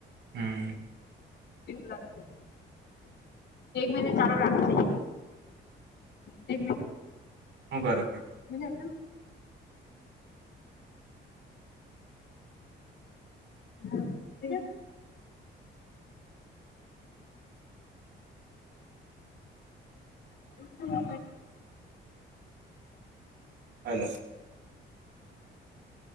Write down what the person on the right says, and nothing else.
હમ્મ
હ બરા પણ
હલો